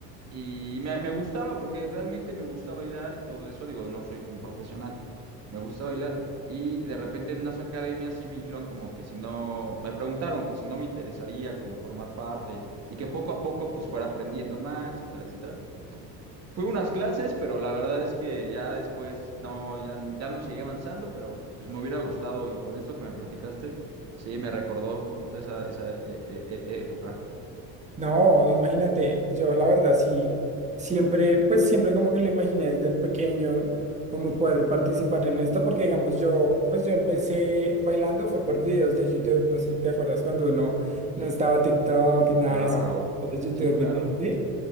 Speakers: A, on the right; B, on the right.
A: Y me, me gustaba porque realmente me gusta bailar y todo eso. Digo, no soy un profesional, me gusta bailar. Y de repente en unas academias sí me dijeron como que si no, me preguntaron que si no me interesaría como formar parte y que poco a poco pues fuera aprendiendo más, etcétera, etcétera. Fui a unas clases, pero la verdad es que ya después no, ya, ya no seguí avanzando, pero pues me hubiera gustado y con esto que me platicaste, sí, me recordó un poquito esa, esa eh, eh, eh, época.
B: No, imagínate, yo la verdad sí, siempre, pues siempre como que lo imaginé desde pequeño, como poder participar en esto, porque digamos yo, pues yo empecé bailando, fue por videos de YouTube, no sé si te acuerdas cuando uno no estaba TikTok, y nada
A: Claro,
B: de eso, solo YouTube
A: sí, claro,
B: y Disney.